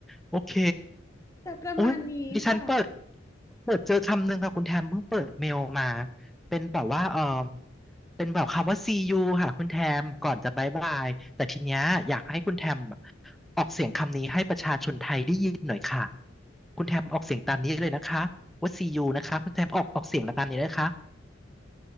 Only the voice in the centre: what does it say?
โอเค
โอ้ยดิฉันเปิดเปิดเจอคำหนึ่งค่ะคุณแทมเพิ่งเปิดเมลมาเป็นแบบว่าเออเป็นแบบคำว่า see you ค่ะคุณแทมก่อนจะบายบายแต่ทีเนี้ยอยากให้คุณแทมออกเสียงคำนี้ให้ประชาชนไทยได้ยินหน่อยค่ะคุณแทมออกเสียงตามนี้เลยนะคะว่า see you นะคะคุณแทมออกออกเสียงตามนี้นะคะ